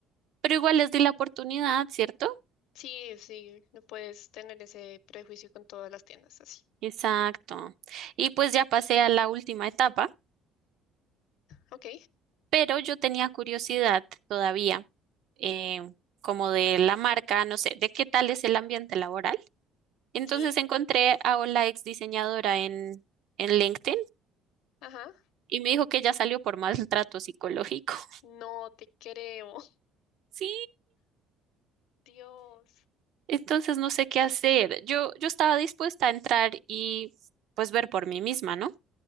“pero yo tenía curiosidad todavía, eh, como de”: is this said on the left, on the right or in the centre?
Right